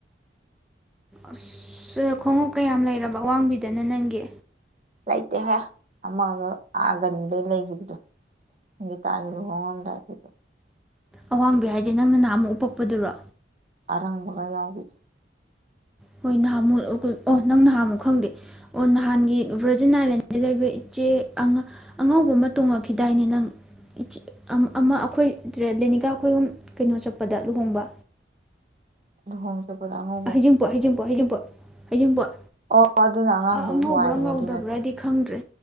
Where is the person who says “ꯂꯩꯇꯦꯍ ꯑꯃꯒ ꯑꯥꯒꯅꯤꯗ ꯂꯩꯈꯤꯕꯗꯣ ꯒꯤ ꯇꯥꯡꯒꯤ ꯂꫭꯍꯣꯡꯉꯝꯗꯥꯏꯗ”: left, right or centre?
Right